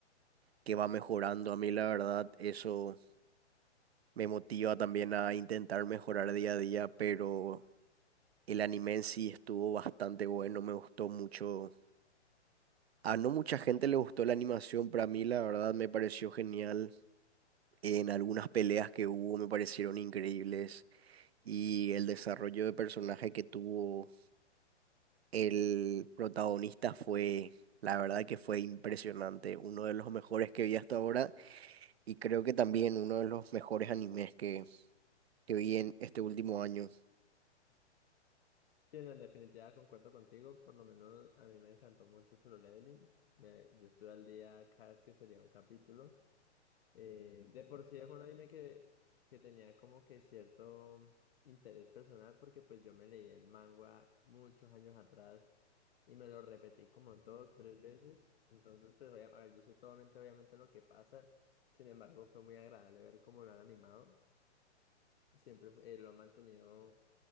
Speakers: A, on the right; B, on the left.
A: que va mejorando. A mí la verdad eso me motiva también a intentar mejorar día a día, pero el anime en sí estuvo bastante bueno, me gustó mucho. A no mucha gente le gustó la animación, pero a mí la verdad me pareció genial. En algunas peleas que hubo me parecieron increíbles y el desarrollo de personaje que tuvo el protagonista fue, la verdad que fue impresionante, uno de los mejores que vi hasta ahora. Y creo que también uno de los mejores animes que, que vi en este último año.
B: Sí, no, en definitiva concuerdo contigo, por lo menos a mí me encantó mucho Solo Leveling. Me, yo estoy al día cada vez que salía un capítulo. Eh, de por sí es un anime que, que tenía como que cierto interés personal porque pues yo me leí el manga muchos años atrás y me lo repetí como dos, tres veces. Entonces, pues, obvia- a ver, yo sé totalmente obviamente lo que pasa. Sin embargo, fue muy agradable ver cómo lo han animado. Siempre eh, lo han mantenido